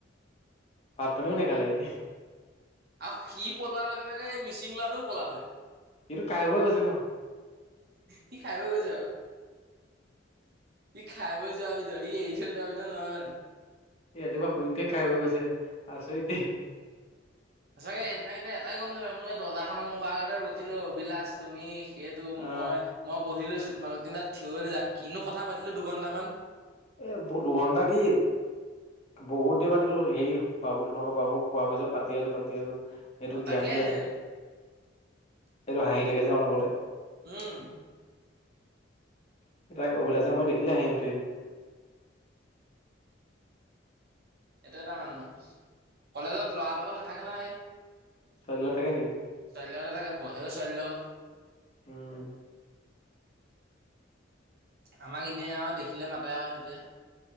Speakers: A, on the left (about 35°); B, on the right (about 55°).
A: ভাত পানীও নেখালে সি।
B: আৰু সি পলোৱাৰ লগে লগে এই মিচিং ল'ৰাটোও পলালে।
A: সিটো খাই বৈ গৈছে ন?
B: সি খাই বৈ গৈছে আৰু। ই খাই বৈ যোৱা বিধৰ ই এৰি থৈ যোৱা বিধৰ নহয় হয়নে?
A: সি ৰাতিপুৱা শুই উঠিয়েই খাই হৈ গৈছে আছৰিত দেই।
B: সচাকে সেইদিনা কিন্তু এটাই গ'ম নাপায় মই এই দৰ্জাখনৰ মুখৰ পৰা আগতে ৰৈছিলো অভিলাচ তুমি। সেইেটো
A: অ
B: মই মই বহি লৈছোঁ। তোমালোক তিনিতা থিয় হৈ লৈছা কিনো কথা পাতিলো দুঘণ্টা মান।।
A: এ ব দুঘন্টা কি বহুত দেৰি পাতিলো হেৰি।। বাবু তোমোলোকৰ বাবু খোৱাৰ পিছত পাতি আছোঁ পাতি আছোঁ। <inaudible> সেইটোক
B: অ' তাকেহে
A: জ্ঞান দি আছে। এইটো হাঁহি থাকে যে অনবৰতে।
B: উম
A: তাইক অভিলাছে মই দেখিলে হাঁহি উঠে এতিয়া। <inaudible>
B: এইটো এটা মানুহ কলেজত ল'ৰাৰ লগত নাথাকে নহয়।
A: ছোৱালীৰ লগত থাকে নেকি?
B: ছোৱালীৰ লগত থাকে বহেও ছোৱালীৰ লগত।
A: উম।
B: আমাক এনেই আৰু দেখিলে মাতে আৰু সেইটোৱে।